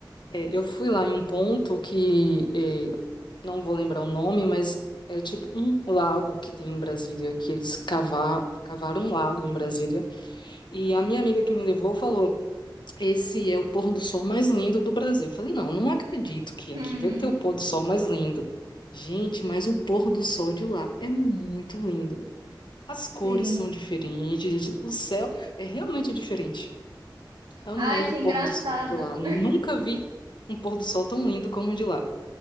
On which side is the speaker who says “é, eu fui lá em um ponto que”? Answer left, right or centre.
Left